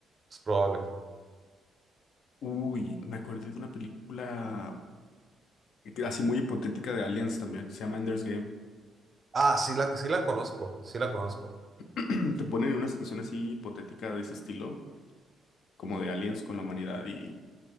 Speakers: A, on the right (about 35°); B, on the left (about 70°).
A: Es probable.
B: Uy, me acordé de una película y que- así muy hipotética de Aliens también, se llama Ender's Game.
A: Ah, sí la, sí la conozco, sí la conozco.
B: <clears throat> Te ponen en una situación así hipotética de ese estilo, como de Aliens con la humanidad y,